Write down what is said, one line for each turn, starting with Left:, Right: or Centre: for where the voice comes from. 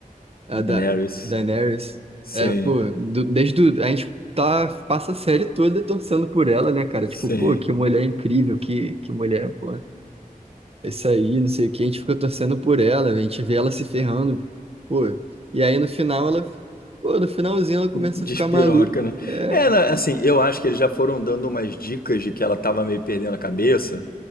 Right: a da,
Left: Daenerys.
Right: Daenerys.
Left: Sim,
Right: É, pô, do- desde o, a gente tá, passa a série toda torcendo por ela, né, cara?
Left: sim.
Right: Tipo, pô, que mulher incrível, que, que mulher, pô. é isso aí, não sei o que, a gente fica torcendo por ela, a gente vê ela se ferrando, pô. E aí no final ela, pô, no finalzinho ela começa
Left: Despiroca,
Right: a ficar maluca.
Left: né?
Right: É,
Left: É, assim, eu acho que eles já foram dando umas dicas de que ela tava meio perdendo a cabeça.